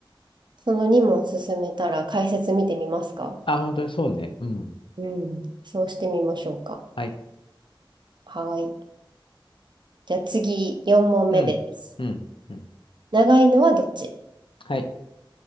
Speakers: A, on the right; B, on the left.
A: その2問進めたら解説見てみますか
B: あ、本当にそうね。うん。
A: うん。そうしてみましょうか。
B: はい。
A: はい。じゃあ次4問目です。
B: うん。うん。うん。
A: 長いのはどっち
B: はい。